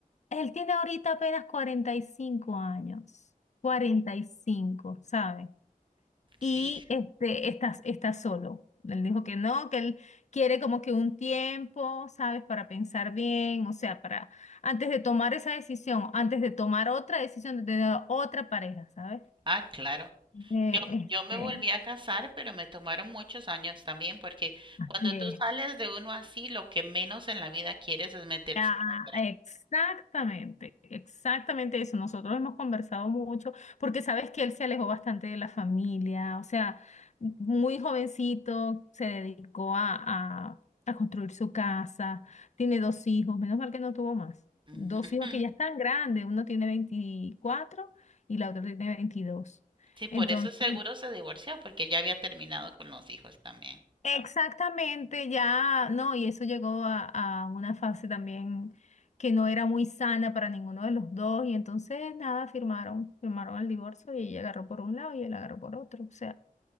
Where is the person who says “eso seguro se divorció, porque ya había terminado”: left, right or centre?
Right